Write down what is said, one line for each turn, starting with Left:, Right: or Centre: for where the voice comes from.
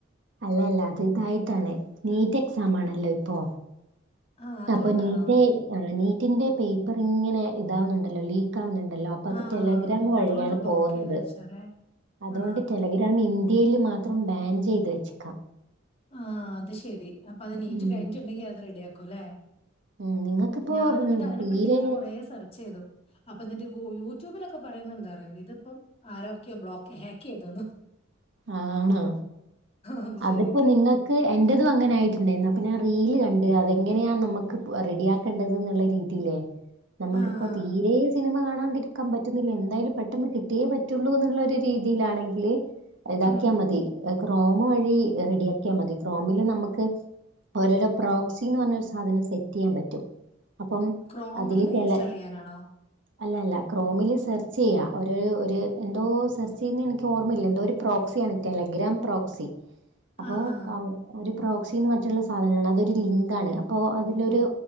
Right: അല്ല അല്ല അത് ഇതായിട്ടാണ് നീറ്റ് എക്സാമാണല്ലോ ഇപ്പോ
Left: <inaudible> അതുകൊണ്ടാണോ
Right: അപ്പൊ നീറ്റ് നീറ്റിന്റെ പേപ്പറ് ഇങ്ങനെ ഇതാവുന്നുണ്ടല്ലോ ലീക്ക് ആവുന്നുണ്ടല്ലോ അപ്പൊ അത്
Left: ആ
Right: ടെലഗ്രാം
Left: ഓ
Right: വഴിയാണ്
Left: അതുകൊണ്ട് ബ്ലോക്ക്
Right: പോകുന്നത്
Left: ചെയ്ത് വെച്ചാലേ
Right: അതോണ്ട്
Left: ആ
Right: ഗ്രാം ഇന്ത്യയില് മാത്രം ബാൻ ചെയ്ത് വെച്ച്ക്ക
Left: ആ അത് ശരി അപ്പൊ അത് നീറ്റ്
Right: ഉം
Left: കഴിഞ്ഞിട്ടുണ്ടെങ്കി അത് റെഡിയാക്കും ല്ലെ
Right: ഉം നിങ്ങൾക്കിപ്പോ
Left: ഞാന് ന്നിട്ട്
Right: ഉം
Left: അത് നെ
Right: തീരെ
Left: പറ്റി ഇന്നലെ കൊറേ സെർച്ച്യ്തു അപ്പൊ എന്നിട്ട് യൂട്യൂബിലൊക്കെ പറയുന്നേ എന്താറിയോ ഇതിപ്പം ആരോക്കെ ബ്ലോക്ക് ഹാക്ക് യ്തന്നു
Right: ആണോ
Left: അത്
Right: അതിപ്പോ
Left: ശരി
Right: നിങ്ങക്ക് എൻ്റെതും അങ്ങനെയയിട്ടുണ്ടായിരുന്നു അപ്പ എന്റെതും അങ്ങനെ ആയിട്ട്ണ്ടായിന്ന് അപ്പോ ഞാൻ റീല് കണ്ട് അതെങ്ങനെയാണ് നമുക്ക് റെഡിയാക്കേണ്ടത് എന്നുള്ള രീതി. ഇല്ലേ നമ്മക്കിപ്പോ
Left: ആ ആ
Right: തീരെ സിനിമ കാണാണ്ടിരിക്കാൻ പറ്റുന്നില്ല എന്തായാലും പെട്ടെന്ന് കിട്ടിയേ പറ്റുള്ളൂ എന്നുള്ള ഒരു രീതിയിലാണെങ്കില്. ഇതാക്കിയാ
Left: ഉം
Right: മതി ക്രോമ് വഴി റെഡിയാക്കിയാ മതി ക്രോമില് നമക്ക്. ഒരോരോ പ്രോക്സി എന്ന് പറഞ്ഞ ഒരു സാധനം സെറ്റ്യ്യാൻ പറ്റും. അപ്പം
Left: ക്രോമിന്ന്
Right: അതില് ടെല
Left: ഇൻസ്റ്റാൾ ചെയ്യാനാണോ
Right: അല്ല അല്ല ക്രോമിൽ സെർച്ച് ചെയ്യാം ഒരു ഒരു എന്തോ സെർച്ച് ചെയ്യുന്ന എനിക്ക് ഓർമ്മയില്ല എന്തോ ഒരു പ്രോക്സിയാണ് ടെലഗ്രാം പ്രോക്സി അപ്പൊ
Left: ആ ആ
Right: ഒരു പ്രോക്സിന്ന് പറഞ്ഞിട്ടുള്ള ഒരു സാധനാണ് അതൊരു ലിങ്ക് ആണ് അപ്പോ അതിലൊരു
Left: ഉം